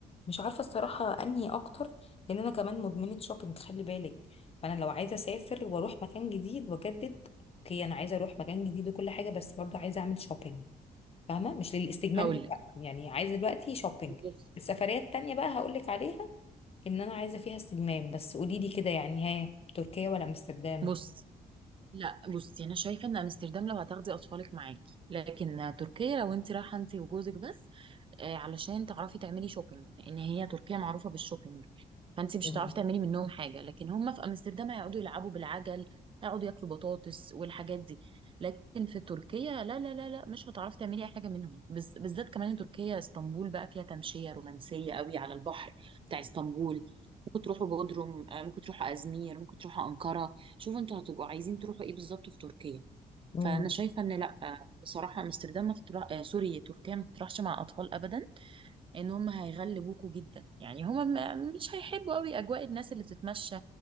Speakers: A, on the left; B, on the right.
A: مش عارفه الصراحه انهي اكتر لان انا كمان مدمنه شوبينج خلي بالك فانا لو عايزه اسافر واروح مكان جديد واجدد اوكي انا عايزه اروح مكان جديد وكل حاجه بس برضو عايزه اعمل شوبينج فاهمه مش للاستجمام
B: هقول
A: دلوقتي
B: لك
A: يعني عايزه دلوقتي شوبينج
B: بص
A: السفريه التانية بقى هقول لك عليها ان انا عايزه فيها استجمام بس قولي لي كده يعني ها تركيا ولا امستردام
B: بصي لا بصي انا شايفه ان امستردام لو هتاخدي اطفالك معاكي لكن تركيا لو انت رايحه انت وجوزك بس آه، علشان تعرفي تعملي شوبينج ان هي تركيا معروفه بالشوبينج فانت مش
A: مم.
B: هتعرفي تعملي منهم حاجه لكن هم في امستردام هيقعدوا يلعبوا بالعجل هيقعدوا ياكلوا بطاطس والحاجات دي لكن في تركيا لا لا لا لا مش هتعرفي تعملي اي حاجه منهم بز... بالذات كمان إن تركيا اسطنبول بقى فيها تمشيه رومانسيه قوي على البحر بتاع اسطنبول ممكن تروحوا بودروم آه، ممكن تروحوا ازمير ممكن تروحوا انقره شوفوا انتوا هتبقوا عايزين تروحوا ايه بالظبط في تركيا
A: مم.
B: فانا شايفه ان لا آه، بصراحه امستردام ما تطلع... آه، سوري تركيا ما تطرحش مع اطفال ابدا ان هم هيغلبوكوا جدا يعني هم م- مش هيحبوا قوي اجواء الناس اللي بتتمشى